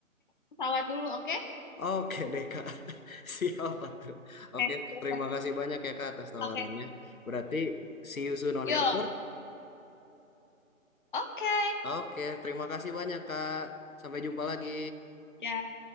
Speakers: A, on the left; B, on the left.
A: pesawat dulu, oke?
B: Oke deh Kak. <laughs> Siapa tuh? Oke,
A: Oke.
B: terima kasih banyak ya Kak atas tawarannya.
A: Oke.
B: Berarti see you soon on
A: Yuk,
B: airport.
A: oke.
B: Oke, terima kasih banyak Kak. Sampai jumpa lagi.
A: Ya.